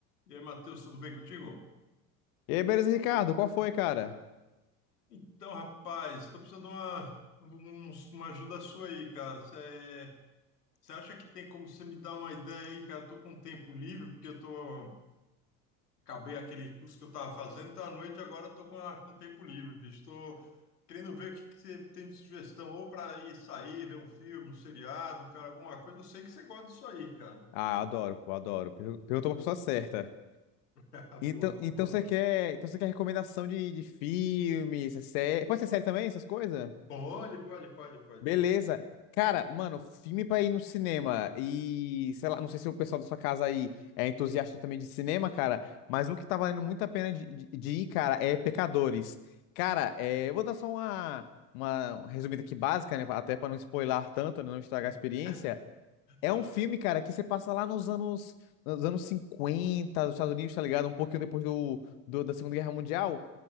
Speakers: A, on the left; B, on the left.
A: E aí, Matheus, tudo bem contigo?
B: E aí, beleza, Ricardo? Qual foi, cara?
A: Então, rapaz, estou precisando de uma, um- uma ajuda sua aí, cara. Você acha que tem como você me dar uma ideia aí, cara? Eu tô com tempo livre, porque eu tô, acabei aquele curso que eu estava fazendo, então à noite agora eu tô com, a- com tempo livre, bicho. Estou querendo ver o que, que você tem de sugestão, ou para ir sair, ver um filme, um seriado, cara, alguma coisa. Eu sei que você gosta disso aí, cara.
B: Ah, adoro, pô, adoro. Per- Perguntou pra pessoa certa.
A: <laughs>
B: Então,
A: Boa, vamos
B: então
A: lá.
B: você quer, então você quer recomendação de, de filme, essa série? Pode ser série também, essas coisas?
A: Pode, pode, pode, pode.
B: Beleza. Cara, mano, filme pra ir no cinema e, sei lá, não sei se o pessoal da sua casa aí é entusiasta também de cinema, cara, mas um que tá valendo muito a pena de, de, de ir, cara, é Pecadores. Cara, é, eu vou dar só uma, uma resumida aqui básica, né, até pra não spoiler tanto, né, não estragar
A: <laughs>
B: a experiência. É
A: Tá.
B: um filme, cara, que você passa lá nos anos, nos anos 50 dos Estados Unidos, tá ligado? Um pouquinho depois do, do- da Segunda Guerra Mundial.